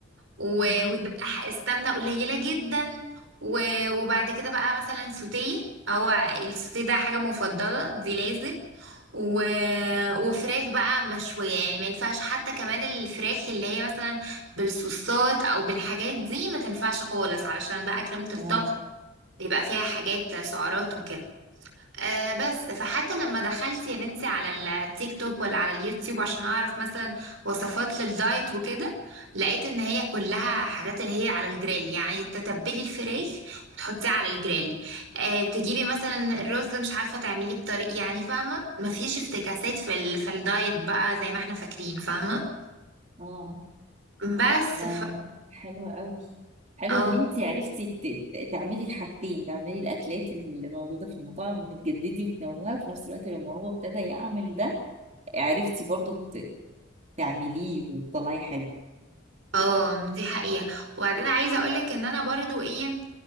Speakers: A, on the right; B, on the right.
A: و-
B: مم.
A: وتبقى ح- السمنة قليلة جدا و- وبعد كده بقى مثلا سوتيه هو السوتيه ده حاجة مفضلة دي لازم و... وفراخ بقى مشوية يعني ما ينفعش حتى كمان الفراخ اللي هي مثلا بالصوصات او بالحاجات دي ما تنفعش خالص علشان بقى كريمة الطبخ
B: اه
A: بيبقى فيها حاجات سعرات وكده آه بس فحتى لما دخلت يا بنتي على التيك توك ولا على اليوتيوب عشان اعرف مثلا وصفات للدايت وكده لقيت ان هي كلها حاجات اللي هي على الجريل يعني تتبلي الفراخ وتحطيه على الجريل آه تجيبي مثلا الرز مش عارفه تعمليه بطريق يعني فاهمه مفيش افتكاسات في ال... في الدايت بقى زي ما احنا فاكرين فاهمه
B: اه
A: بس
B: لا
A: ف...
B: حلوة قوي حلو
A: اه
B: ان انت عرفتي ت- ت- تعملي الحاجتين تعملي الاكلات اللي موجوده في المطاعم بتجددي وتنوعي وفي نفس الوقت لما هو ابتدى يعمل ده عرفتي برضو ت- تعمليه وتطلعي حلو
A: اه دي حقيقة وبعدين عايزة اقولك ان انا برضو ايه